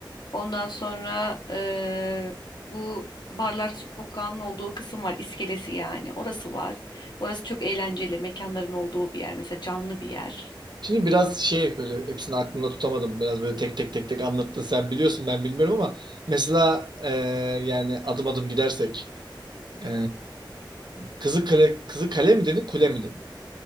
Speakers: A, on the left (about 60°); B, on the right (about 60°).
A: Ondan sonra eee, bu Barlar Sokağı'nın olduğu kısım var. iskelesi yani. Orası var. Orası çok eğlenceli. Mekanların olduğu bir yer. Mesela canlı bir yer.
B: Şimdi biraz şey böyle hepsini aklımda tutamadım. Biraz böyle tek tek tek tek anlattın. Sen biliyorsun ben bilmiyorum ama mesela e, yani adım adım gidersek e, Kızı Kale, Kızı Kale mi dedin, kule mi dedin?